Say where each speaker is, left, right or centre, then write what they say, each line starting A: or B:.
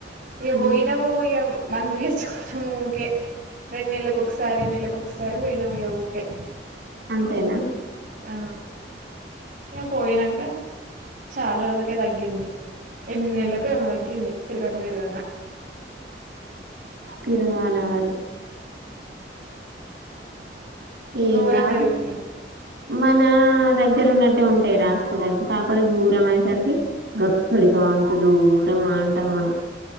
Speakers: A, on the right; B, on the right.
A: ఏ
B: ఉమ్
A: పోయినము ఏ మందులు తెచ్చుకున్నా ఊకే రెండు నెలలకు ఒకసారి ఏ నెలలకు ఒకసారి పోయినము ఊకే
B: సరేనా
A: ఆ ఇక పోయినాక చాలా రోజులకే తగ్గింది ఎనిమిది నెలలలకు ఎవ దగంది తిరుగా తిరుగాంగా
B: తిరగాలి ఏం
A: గోరం
B: కాదు
A: గా తిరిగిన
B: మన దగ్గర ఉన్నట్టే ఉంటాయి రా హాస్పిటల్స్ కాకపోతే దూరం అయే సరికి గక్కడిగా అంత దూరం అంటాం మనం